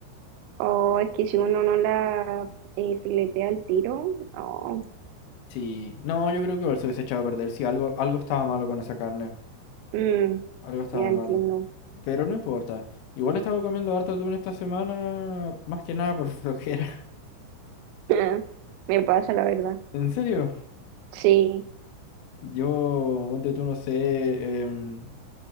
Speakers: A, on the right; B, on the left.
A: O es que si uno no la eh, filetea al tiro, no.
B: Sí, no, yo creo que igual se hubiese echado a perder. Sí, algo, algo estaba malo con esa carne.
A: Mm,
B: Algo estaba
A: ya entiendo.
B: malo. Pero no importa. Igual estaba comiendo harto atún esta semana, más que nada por <laughs> flojera.
A: <laughs> Me pasa, la verdad.
B: ¿En serio?
A: Sí.
B: Yo, ponte tú, no sé. em,